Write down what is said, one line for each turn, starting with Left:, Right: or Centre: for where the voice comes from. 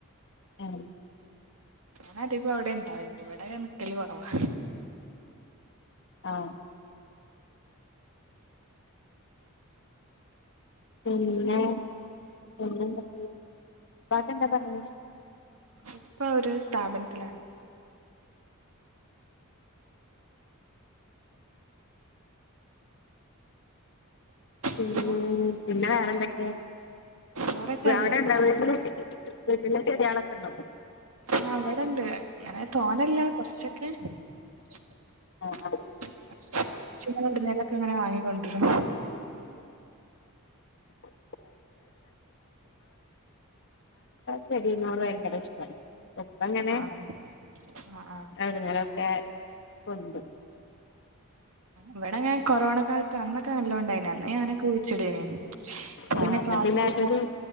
Left: ഉം
Right: ഞാനതികം അവിടെണ്ടാവല് ഇവിടെ നിക്കല് കൊറവാ
Left: ആഹ് പിന്നെ പിന്നെന്തൊക്കെ ഉപ്പാക്കെന്താ പണി
Right: ഇപ്പോ ഒരു സ്ഥാപനത്തിലാണ്
Left: പിന്നെ
Right: ഹലോ
Left: പിന്നെ വേറെന്തൊക്കെയാ
Right: വേറെക്കെ നല്ലേ
Left: അവിടെണ്ടോ വീട്ടില് വീട്ടില് ചെട്യളൊക്കെണ്ടോ
Right: ആഹ് ഇവിടെണ്ട് ഇങ്ങനെ തോനല്ല കൊറച്ചൊക്കെ <unintelligible>
Left: ആഹ്
Right: ങ്ങനെ വാങ്ങിക്കൊണ്ടരും
Left: <unintelligible> ചെടിയ്ന്നോട് ഭയങ്കര ഇഷ്ട്ടാ ഇപ്പ ഇങ്ങനെ
Right: ആഹ് ആഹ് ആഹ്
Left: അവര്ങ്ങനോക്കെ കൊണ്ട്
Right: ഇവിടെങ്ങനെ കൊറോണ കാലത്ത് അന്നൊക്ക ക്ക നല്ലോണ്ടായിനി അന്ന് ഞാനൊക്കെ കുഴിച്ചിടേനി ഇപ്പൊ
Left: ആ
Right: പിന്നെ
Left: അന്ന്
Right: ക്ലാസ്
Left: അതൊരു